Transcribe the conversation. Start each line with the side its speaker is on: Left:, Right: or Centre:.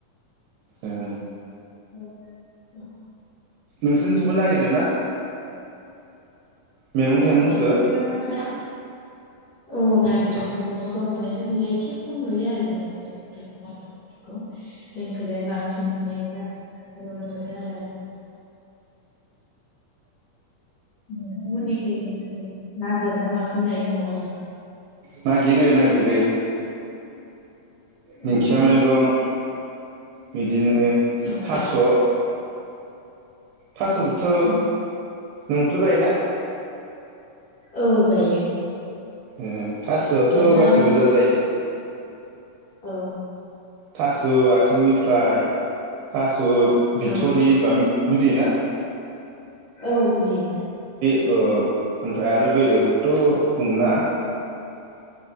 Right: ओ
Left: औ औ
Right: नोंसोरनिथिबो नागिरो ना मैगं
Left: जोंथिंबो
Right: थाइगंफोरखौ ओ
Left: रा औ नागिरो नागिरनाय अब्ला माने जोंखौ जा एसे खम नुयो आरो जेनेबा मैगं थाइगं नागिरनाय जोंखैजाय बांसिन माने <inaudible> नुनो मोनो आरो आजिखालि नोंथांमोननिखै नागिरना बांसिन जायो नामा अब्ला?
Right: <inaudible> नागिरो नागिरो दिंखिया
Left: औ
Right: मैगं बिदिनो
Left: औ
Right: थास' थास'खौथ'
Left: औ
Right: नोंथ' जायोना
Left: औ जायो
Right: उम थास'आथ'
Left: नोंथाङा
Right: गासिबो जाजायो
Left: औ
Right: थास' आथिंनिफ्राय थास ' थ'
Left: औ
Right: बिथरि हनबा बुजियो ना
Left: औ बुजि
Right: औ ओमफ्राय आरो बेदरखौथ' बुंनो नाङा